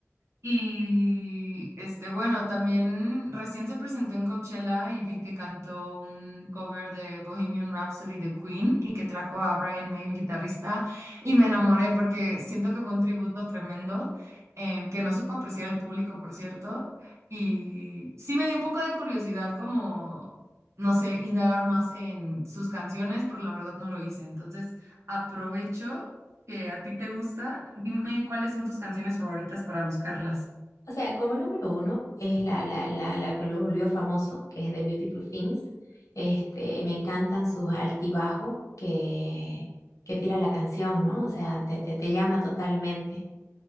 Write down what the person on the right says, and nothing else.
Y este, bueno, también recién se presentó en Coachella y vi que cantó un cover de Bohemian Rhapsody de Queen y que trajo a Brian May, el guitarrista, y me enamoré porque siento que fue un tributo tremendo, em, que no supo apreciar el público, por cierto, y sí me dio un poco de curiosidad como, no sé, indagar más en sus canciones, pero la verdad no lo hice. Entonces, aprovecho que a ti te gusta, dime cuáles son tus canciones favoritas para buscarlas.